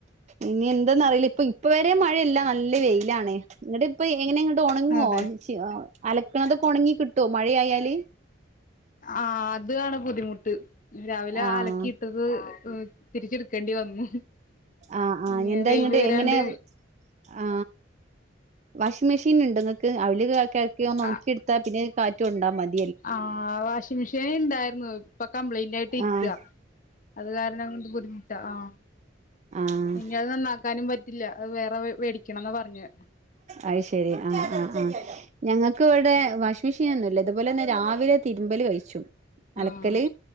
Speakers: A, on the right; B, on the left.
A: ഇനി എന്താന്ന് അറിയില്ല ഇപ്പ ഇപ്പ വരെ മഴയില്ല നല്ല വെ വെയിലാണെ ഇങ്ങട്ട് ഇപ്പ എങ്ങനെ ഇങ്ങട്ട് ഒണങ്ങുവോ
B: അതെ
A: അലക്കണത് ഒക്കെ ഒണങ്ങി കിട്ടുവൊ മഴയ ആയാല്
B: ആഹ് അതാണ് ബുദ്ധിമുട്ട് രാവിലെ
A: ആഹ്
B: അലക്കിയിട്ടത് തിരിച്ചെടുക്കേണ്ടി വന്നു
A: ആഹ് ആഹ്
B: ഇനി
A: എന്താ
B: വെയില്
A: ഇങ്ങട്
B: വരാണ്ട്
A: എങ്ങനെ ആ വാഷിം മെഷീ ടിന്ന്ണ്ടൊ ഇങ്ങക്ക്. അവില് കെ കെട്ക്കി ഒന്നൊൺക്കി
B: ആഹ്
A: ഇട്ത്താ പിന്നെ കാറ്റു കൊണ്ടാ മത്
B: ആഹ് വാഷിം മെഷീന് ഇണ്ടായിരുന്നു ഇപ്പ കംപ്ലൈന്റ് ആയിട്ട് ഇരിക്ക്യ.
A: ആഹ്
B: അത് കാരണം കൊണ്ട് ബുദ്ധിമുട്ടാ. ആഹ്
A: ആഹ്
B: ഇഞ് അത് നന്നാക്കാനും പറ്റില്ല. അത് വേറെ വെ വേടിക്കണംന്നാ പറഞ്ഞെ
A: അയ് ശെരി ആഹ് ആഹ് ആഹ്. ഞങ്ങക്ക് ഇവടെ വാഷിം മെഷീൻ ഒന്നുല്ല. ഇതുപോലെന്നെ രാവിലെ തിരുമ്പല് കഴിച്ചും. അലക്കല്
B: ആഹ്